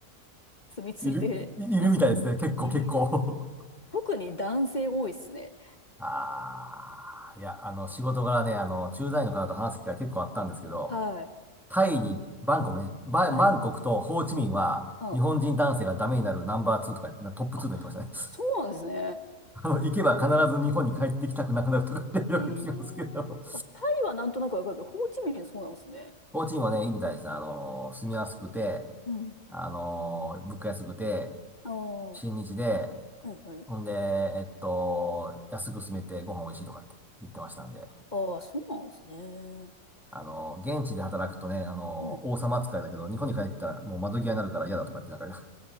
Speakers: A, on the left (about 35°); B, in the centre.
A: 住み着いてますもんね。
B: いる、いるみたいですね。結構結構
A: うん特に男性多いっすね。
B: <laughs> ああ、いや、あの、仕事柄ね、あの、駐在の方と話す機会結構あったんですけど、
A: はい。
B: タイに、バンコクね、バ、
A: はい。
B: バンコクとホーチミンは日本人男性がダメになるナンバー2とか、
A: うん
B: なトップ2と言ってましたね。
A: あ、
B: <laughs>
A: そうなんですね。
B: あの、行けば必ず日本に帰ってきたくなくなるとかってよく聞きますけど、
A: へえ。あ、タイはなんとなくわかるけど、ホーチミンそうなんですね。
B: ホーチミンはね、いいみたいです。あの、住みやすくて、
A: うん。
B: あの物価安くて、
A: ああ、
B: 新日で、
A: はいはい。
B: ほんで、えっと、安く住めてご飯美味しいとかって言ってましたんで、
A: ああ、そうなんですね。
B: あの現地で働くとね、あの王様扱いだけど、
A: はい。
B: 日本に帰ったらもう窓際になるから嫌だとかってなんか <laughs>